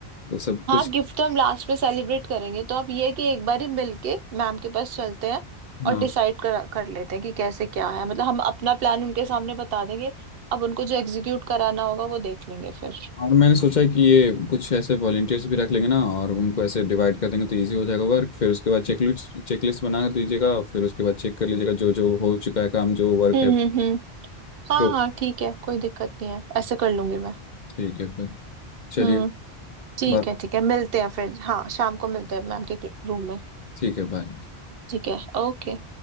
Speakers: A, on the left; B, on the right.
A: वो सब कुछ
B: हाँ गिफ्ट तो हम लास्ट में सेलिब्रेट करेंगे तो आप ये है कि एक बार ही मिलके मैम के पास चलते हैं और
A: हाँ
B: डिसाइड कर कर लेते हैं कि कैसे क्या है मतलब हम अपना प्लान उनके सामने बता देंगे अब उनको जो एग्जीक्यूट कराना होगा वो देख लेंगे फिर
A: और मैंने सोचा है कि ये कुछ ऐसे वॉलेंटियर्स भी रख लेंगे ना और उनको ऐसे डिवाइड कर देंगे तो इजी हो जाएगा वर्क फिर उसके बाद चेकलिस्ट चेकलिस्ट बना दीजिएगा फिर उसके बाद चेक कर लीजिएगा जो जो हो चुका है काम जो वर्क
B: हम्म
A: है
B: हम्म हम्म हाँ
A: प्रो
B: हाँ ठीक है कोई दिक्कत नहीं है ऐसे कर लूंगी मैं
A: ठीक है फिर चलिए
B: हम्म ठीक
A: बात
B: है ठीक है मिलते हैं फिर हाँ शाम को मिलते हैं मैम के रूम में
A: ठीक है बाय
B: ठीक है ओके